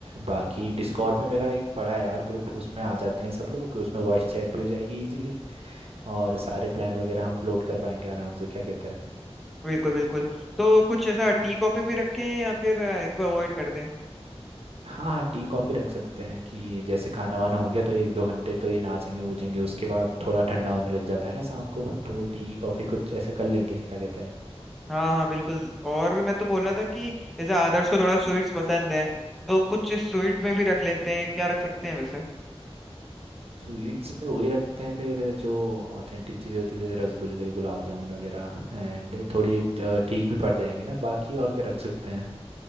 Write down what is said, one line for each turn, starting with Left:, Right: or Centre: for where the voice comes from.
Right: बाकी डिस्कॉर्ड में मेरा एक पड़ा है यार ग्रुप उसमें आ जाते हैं सब लोग उसमें वॉइस चैट भी हो जाएगी इजीली और सारे प्लान वगैरह हम फ्लोट कर पाएंगे आराम से क्या कहता है
Centre: बिल्कुल बिल्कुल तो कुछ ऐसा टी कॉफी भी रखें या फिर अ, इनको अवॉइड कर दें
Right: हाँ हाँ टी कॉफ़ी रख सकते हैं कि जैसे खाना वाना हो गया तो एक दो घंटे तो ये नाचेंगे वूचेंगे उसके बाद थोड़ा ठंडा होने लग जाता है ना शाम को तो टी कॉफ़ी कुछ ऐसे कर लेंगे क्या कहता है
Centre: हाँ हाँ बिल्कुल और मैं तो बोल रहा था कि जैसे आदर्श को थोड़ा स्वीट्स पसंद है तो कुछ स्वीट में भी रख लेते हैं क्या रख सकते हैं वैसे
Right: स्वीट्स में वही रखते हैं फिर जो ऑथेंटिक चीज़ें होती है जैसे रसगुल्ले गुलाब जामुन वगैरह एंड थोड़ी अ, ठीक भी पड़ जाएंगे ना बाकी और क्या रख सकते हैं